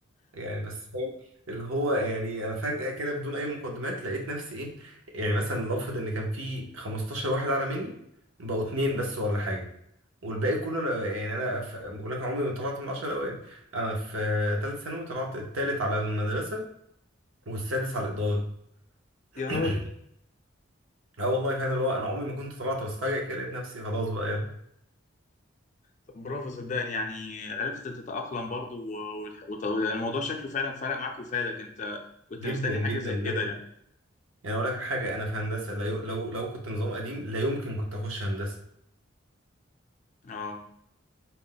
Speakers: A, on the right; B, on the left.
A: يعني بس فاهم اللي هو يعني انا فجأة كده بدون اي مقدمات لقيت نفسي ايه يعني مثلا لنفرض ان كان في 15 واحد اعلى مني بقوا اتنين بس ولا حاجة والباقي كله انا يعني انا في- بقول لك أنا عمري ما طلعت من العشرة الاوائل انا في ثالث ثانوي طلعت الثالث على المدرسة والسادس على الإدارة <clears throat>
B: يا راجل
A: اه والله فاهم اللي هو انا عمري ما كنت طلعت بس فجأة كده لقيت نفسي خلاص بقى يلا
B: طب برافو صدقني يعني عرفت تتأقلم برضو و... والح- وت... يعني الموضوع شكله فعلا فرق معاك وفادك انت كنت
A: جدا
B: مستني
A: جدا
B: حاجة زي كده
A: بجد
B: يعني
A: يعني اقول لك على حاجة انا في هندسة لا يو- لو لو كنت نظام قديم لا يمكن كنت اخش هندسة
B: اه